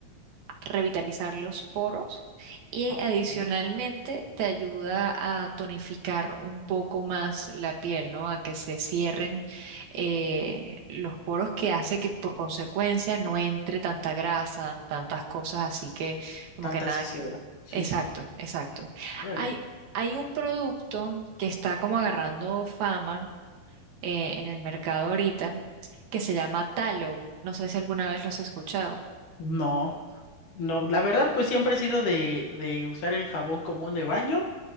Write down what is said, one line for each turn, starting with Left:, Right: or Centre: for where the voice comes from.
Right: revitalizar los poros y
Left: Ah,
Right: adicionalmente
Left: Ok.
Right: te ayuda a tonificar un poco más la piel, ¿no? A que se cierren eh, los poros que hace que por consecuencia no entre tanta grasa, tantas cosas así que como
Left: tanta
Right: que nada
Left: sociedad.
Right: que...
Left: Sí,
Right: Exacto,
Left: sí.
Right: exacto.
Left: Órale.
Right: Hay, hay un producto que está como agarrando fama eh, en el mercado ahorita que se llama Tallow. No sé si alguna vez lo has escuchado.
Left: No, no, la verdad, pues siempre he sido de, de usar el jabón común de baño,